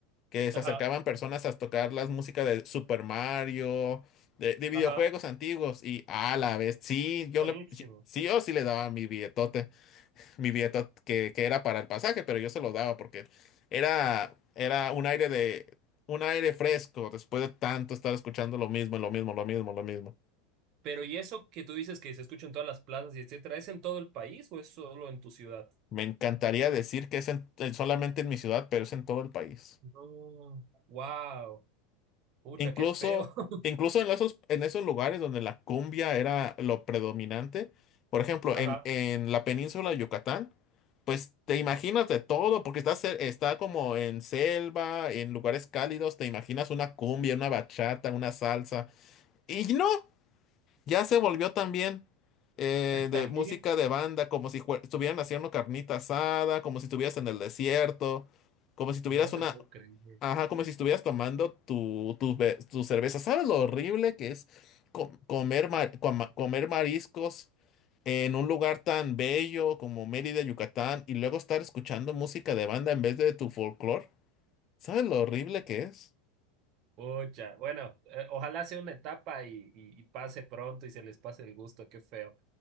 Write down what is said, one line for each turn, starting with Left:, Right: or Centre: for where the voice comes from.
Left: que se
Right: Ajá,
Left: acercaban personas a tocar las músicas de Super Mario, de, de videojuegos
Right: ajá,
Left: antiguos, y a la vez, sí, yo
Right: buenísimo.
Left: le, sí, sí, yo sí le daba mi billetote, mi billetote que, que era para el pasaje, pero yo se lo daba porque era, era un aire de, un aire fresco después de tanto estar escuchando lo mismo, lo mismo, lo mismo, lo mismo.
Right: Pero ¿y eso que tú dices que se escucha en todas las plazas y etcétera, es en todo el país o es solo en tu ciudad?
Left: Me encantaría decir que es en- solamente en mi ciudad, pero es en todo el país.
Right: No. Wow, pucha,
Left: Incluso,
Right: qué feo. <laughs>
Left: incluso en esos, en esos lugares donde la cumbia era lo predominante, por ejemplo,
Right: Ajá,
Left: en, en la península de Yucatán, pues te imaginas de todo, porque está, cer- está como en selva, en lugares cálidos, te imaginas una cumbia, una bachata, una salsa, y no, ya se volvió también eh, de
Right: también.
Left: música de banda, como si jue- estuvieran haciendo carnita asada, como si estuvieras en el desierto, como si tuvieras
Right: No te
Left: una,
Right: puedo creer.
Left: Ajá, como si estuvieras tomando tu, tu, be- tu cerveza. ¿Sabes lo horrible que es co- comer, ma- coma- comer mariscos en un lugar tan bello como Mérida, Yucatán, y luego estar escuchando música de banda en vez de tu folclore? ¿Sabes lo horrible que es?
Right: Pucha, bueno, eh, ojalá sea una etapa y, y- y pase pronto y se les pase el gusto, qué feo.